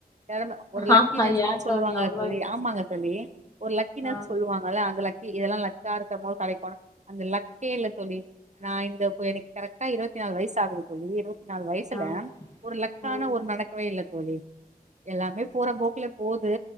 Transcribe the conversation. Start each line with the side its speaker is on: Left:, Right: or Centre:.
Right: நெலம ஒரு லக்கி
Left: ஆமா
Right: நெஸ்ட்னு
Left: ஏ
Right: சொல்லுவாங்க
Left: அவ்ளோ
Right: தோழி ஆமாங்க தோழி ஒரு லக்கினஸ்
Left: ஆ
Right: சொல்லுவாங்கல்ல அந்த லக் இ இதெல்லாம லக்கா இருக்கும்போது கெடைக்கணு அந்த லக்கே இல்ல தோழி நா இந்த இப்ப எனக்கு கரெக்டா இருபத்தி த்தி நாலு வயசாகுது தோழி இரு நாலு வயசுல
Left: ஆ
Right: ஒரு லக்கான
Left: ம்
Right: ஒரு நடக்கவேல்ல தோழி எல்லாமே போற போக்குல போகுது